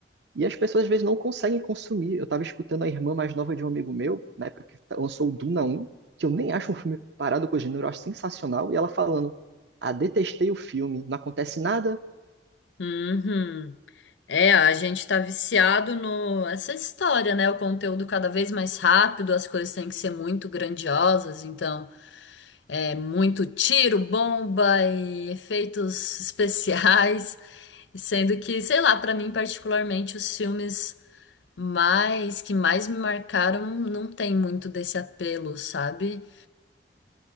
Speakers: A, on the right; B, on the left.
A: E as pessoas às vezes não conseguem consumir. Eu estava escutando a irmã mais nova de um amigo meu, na época que lançou o Duna um que eu nem acho um filme parado com o gênero, eu acho sensacional, e ela falando: Ah, detestei o filme, não acontece nada.
B: Uhum. É, a gente tá viciado no essa história, né? O conteúdo cada vez mais rápido, as coisas têm que ser muito grandiosas, então é muito tiro, bomba e efeitos <laughs> especiais, sendo que, sei lá, pra mim particularmente os filmes mais que mais me marcaram não tem muito desse apelo, sabe?